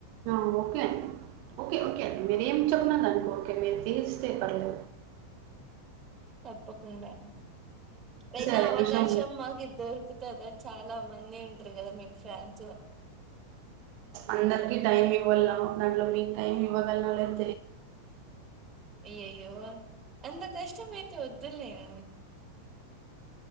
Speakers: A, on the right (about 55°); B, on the right (about 25°).
A: ఆ ఓకే అండి ఓకే ఓకే అండి మీరేం చెప్పిన దానికి ఓకే మీరు న్యూస్ పేపర్లో
B: తప్పకుండా అయినా
A: అదే
B: అవకాశం
A: విషయం
B: మాకి దొరుకుతదా చాలా మంది ఉంట్రు కదా మీకు ఫ్యాన్
A: అందరికి టైం ఇవ్వాల దాంట్లో మీకు టైం ఇవ్వ <unintelligible> లేదు
B: అయ్యాయో అంతా కష్ట మైతే వద్దులెండి